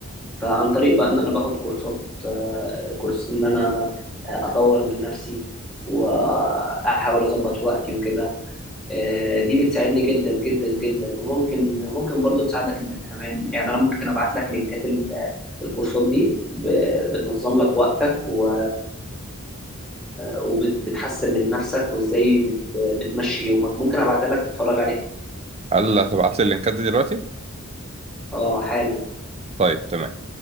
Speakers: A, in the centre; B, on the right.
A: فعن طريق بقى ان انا باخد كورسات آه، كورس ان انا آه، اطور من نفسي واحاول اظبط وقتي وكده آه، دي بتساعدني جدا جدا جدا وممكن ممكن برضو تساعدك انت كمان يعني انا ممكن ابعت لك لينكات ال- الكورسات دي ب- بتنظم لك وقتك و وبتحسن من نفسك وازاي بت... بتمشي يومك ممكن ابعتها لك تتفرج عليها
B: هل هتبعت لي اللينكات دي دلوقتي
A: اه حالا
B: طيب تمام